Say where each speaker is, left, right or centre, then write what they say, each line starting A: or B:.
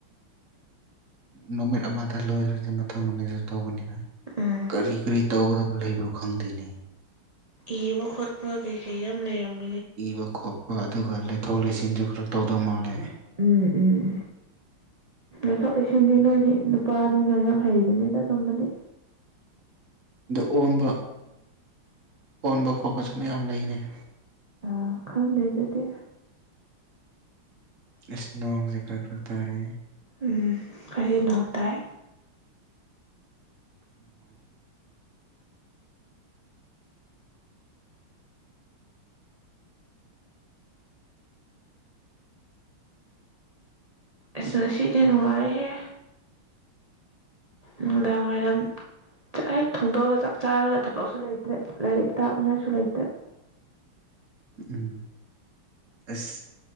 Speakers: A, on the right; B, on the right.
A: ꯅꯨꯃꯤꯠ ꯑꯃꯗ ꯂꯣꯏꯗ꯭ꯔꯗꯤ ꯃꯊꯪ ꯅꯨꯃꯤꯠꯇꯁꯨ ꯇꯧꯒꯅꯤ
B: ꯎꯝ
A: ꯀꯔꯤ ꯀꯔꯤ ꯇꯧꯒꯗꯕ ꯂꯩꯕ꯭ꯔꯣ ꯈꯪꯗꯦꯅꯦ
B: ꯏꯕ ꯈꯣꯠꯄ ꯀꯩ ꯀꯩ ꯌꯥꯝ ꯂꯩꯔꯝꯒꯦ
A: ꯏꯕ ꯈꯣꯠꯄ ꯑꯗꯨꯒ ꯂꯩꯊꯣꯛ ꯂꯩꯁꯤꯟꯁꯨ ꯈꯔ ꯇꯧꯗꯧ ꯃꯥꯜꯂꯦ
B: ꯎꯝ ꯎꯝ ꯑꯊ ꯇꯩꯁꯟꯗꯤ ꯅꯣꯏꯗꯤ ꯅꯨꯄꯥꯅꯤꯅ ꯌꯥꯝ ꯍꯩꯕꯅꯤꯗ ꯑꯗꯨꯨꯝꯝꯕꯗꯤ
A: ꯑꯗꯨ ꯑꯣꯟꯕ ꯑꯣꯟꯕ ꯈꯣꯠꯄꯁꯨ ꯃꯌꯥꯝ ꯂꯩꯅꯩ
B: ꯑ ꯈꯪꯗꯩꯗꯗꯤ
A: ꯏꯁ ꯅꯣꯡꯁꯦ ꯀꯔꯛꯔꯛꯇꯥꯔꯦ
B: ꯎꯝ ꯀꯖꯤꯅꯅꯨꯡ ꯇꯥꯏ
A: ꯅꯨꯡꯉꯥꯏ
B: ꯑꯁ ꯁꯤꯗꯤ ꯅꯨꯡꯉꯥꯏꯍꯦ ꯅꯨꯡꯗꯥ ꯃ ꯑꯣꯏꯔꯝ ꯆꯦ ꯊꯣꯡꯗꯣꯛꯑꯒ ꯆꯞ ꯆꯥꯔꯒ ꯊꯕꯛꯁꯨ ꯂꯩꯇ꯭ꯔꯦ ꯂꯥꯏꯔꯤꯛ ꯇꯥꯛꯅꯤꯡꯉꯥꯏꯁꯨ ꯂꯩꯇ꯭ꯔꯦ
A: ꯎꯝ ꯑꯁ